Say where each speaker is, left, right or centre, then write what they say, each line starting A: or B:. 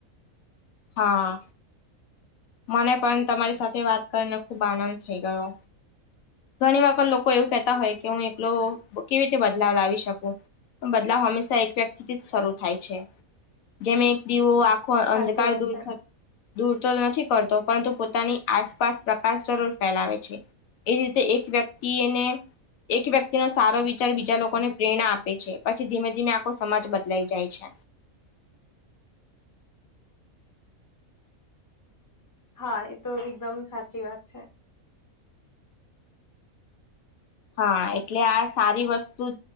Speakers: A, on the left; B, on the left.
A: હા! મને પણ તમારી સાથે વાત કરીને ખુબ આનંદ થઈ ગયો. ઘણી વખત લોકો એવું કહેતા હોય કે, હું એકલો કેવી રીતે બદલાવ લાવી શકું. બદલાવ હંમેશા એક વ્યક્તિથી જ શરૂ થાય છે. જેમ એક દીવો.
B: સાચી
A: અંધકાર
B: વાત
A: દૂર
B: છે
A: કરે, દૂર તો નથી. કરતો પરંતુ પોતાની આસપાસ પ્રકાશ જરૂર ફેલાવે છે. એજ રીતે એક વ્યક્તિ એને. એક વ્યક્તિ નો સારો વિચાર બીજા લોકોને પ્રેરણા આપે છે. પછી ધીમે-ધીમે આખો સમાજ બદલાઈ જાય છે.
B: હા! એ તો એકદમ સાચી વાત છે.
A: હા! એટલે આ સારી વસ્તુ.